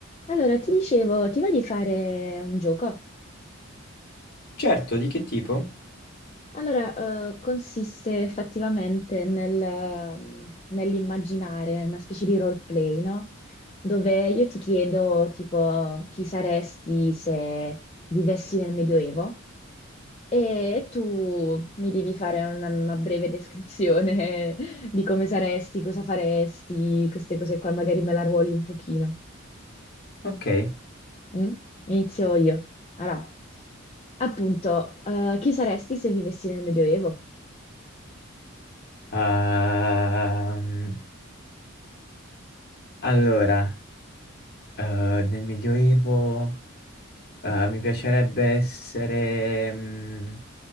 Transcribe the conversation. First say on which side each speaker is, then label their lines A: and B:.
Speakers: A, on the left (about 30°); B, on the left (about 50°).
A: Allora, ti dicevo, ti va di fare un gioco?
B: Certo, di che tipo?
A: Allora, eh, consiste effettivamente nel- nell'immaginare una specie di roleplay, no? Dove io ti chiedo, tipo, chi saresti se vivessi nel Medioevo e tu mi devi fare una, una breve descrizione <laughs> di come saresti, cosa faresti, queste cose qua, magari me la ruoli un pochino.
B: Ok.
A: Mm? Inizio io. Allora, appunto, eh, chi saresti se vivessi nel Medioevo?
B: Ehm, allora, eh, nel Medioevo, eh, mi piacerebbe essere, mm,